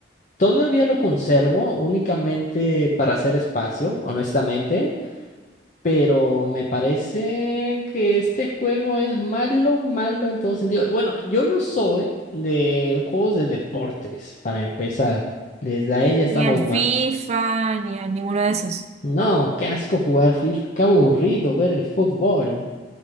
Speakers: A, on the left (about 40°); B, on the right (about 35°).
A: Todavía lo conservo únicamente para hacer espacio, honestamente pero me parece que este juego es malo, malo en todo sentido. Bueno, yo no soy de juegos de deportes, para empezar. Desde ahí ya estamos
B: Ni al FIFA,
A: mal.
B: ni a ninguno de esos.
A: No, qué asco jugar FIFA, qué aburrido ver el fútbol.